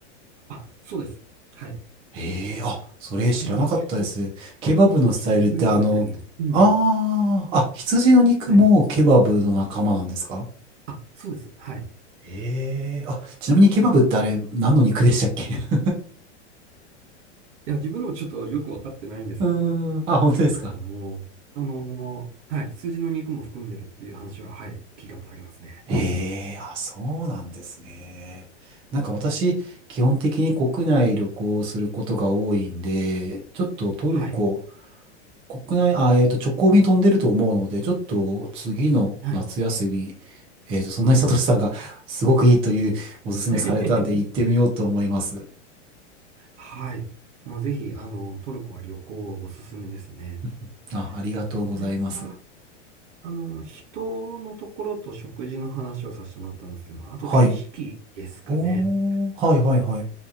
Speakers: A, on the right; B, on the right.
A: あ、そうです。はい。こ
B: ええあ、それ知らなかったです。
A: れが羊、
B: ケバブのスタイルってあの、
A: 羊の肉だったり、うん。
B: ああ、あ、羊の肉もケバブの仲間なんですか
A: はい。あ、そうです。はい。
B: ええあ、ちなみにケバブってあれ何の肉でしたっけ <laughs>
A: いや、自分でもちょっとよくわかってないんです
B: うーん、あ、本当ですか
A: けれども、あの、はい、羊の肉も含んでるっていう話は、はい、聞いたことありますね。
B: ええあ、そうなんですね。なんか私、基本的に国内旅行をすることが多いんで、ちょっとトルコ、
A: はい。
B: 国内、あ、えっと、直行便飛んでると思うので、ちょっと次の夏休み、
A: はい。
B: えっと、そんなにさとしさんが <laughs> すごくいいというおすすめされたんで行ってみようと思います。
A: <laughs> はい。まあ、ぜひ、あの、トルコは旅行はおすすめですね。
B: うんあ、ありがとうございます。
A: あ、それから、あの、人のところと食事の話をさせてもらったんですけども、あと景色ですかね。
B: はい。おー、はいはいはい。